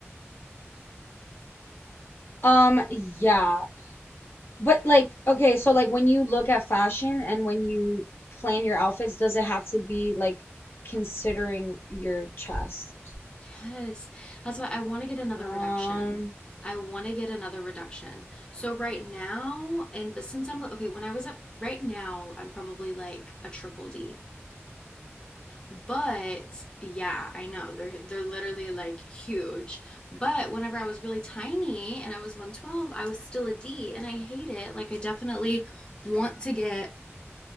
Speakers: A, on the left (about 55°); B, on the left (about 20°).
A: Um, yeah. But like, okay, so like when you look at fashion and when you plan your outfits, does it have to be like considering your chest?
B: Yes. That's why I want to get another
A: Um,
B: reduction. I want to get another reduction. So right now, and but since I'm okay, when I was up right now, I'm probably like a triple D. But yeah, I know they're they're literally like huge. But whenever I was really tiny and I was 112, I was still a D and I hate it. Like I definitely want to get